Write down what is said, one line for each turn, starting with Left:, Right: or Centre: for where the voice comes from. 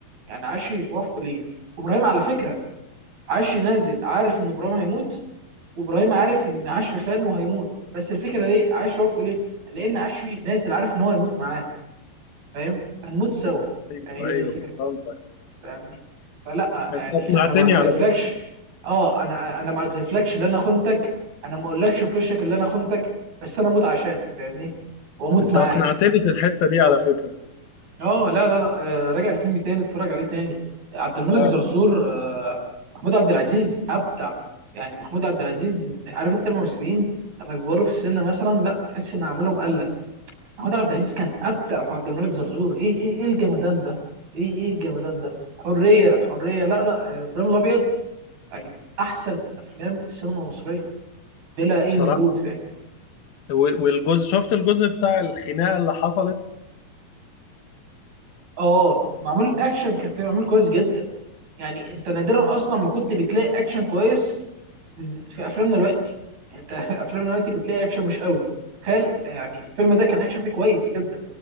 Right: يعني عشري وافقه ليه وابراهيم على فكره عشري نازل عارف ان ابراهيم هيموت وابراهيم عارف ان عشري خانه وهيموت بس الفكره ليه عشري وافقه ليه لان عشري نازل عارف ان هو هيموت معاه فاهم هنموت سوا
Left: اه ايوه
Right: هي دي
Left: ايوه
Right: الفكره
Left: فهمتك
Right: فاهمني فلا
Left: انت
Right: يعني
Left: اقنعتني
Right: انا ما اعترفلكش
Left: على فكرة
Right: اه انا انا ما اعترفلكش اللي انا خنتك انا ما اقولكش في وشك اللي انا خنتك بس انا اموت عشانك فاهمني واموت
Left: انت
Right: معاك
Left: اقنعتني في الحتة دي على فكرة
Right: اه لا لا لا آه، راجع الفيلم تاني اتفرج عليه تاني عبد الملك
Left: لا
Right: زرزور
Left: لا
Right: آه، محمود عبد العزيز ابدع يعني محمود عبد العزيز من عارف انت الممثلين لما بيكبروا في السن مثلا لا بتحس ان اعمالهم قلت محمود عبد العزيز كان ابدع في عبد الملك زرزور ايه ايه ايه الجمدان ده ايه ايه الجمدان ده حريه حريه لا لا ابراهيم الابيض يعني من احسن افلام السينما المصريه بلا اي
Left: بصراحة
Right: مجهود فاهمني
Left: و- والجزء شفت الجزء بتاع الخناقة اللي حصلت
Right: اه معمول الاكشن كان فيه معمول كويس جدا يعني انت نادرا اصلا ما كنت بتلاقي اكشن كويس ز- في افلامنا دلوقتي يعني انت <laughs> افلامنا دلوقتي بتلاقي اكشن مش قوي تخيل يعني الفيلم ده كان اكشن فيه كويس جدا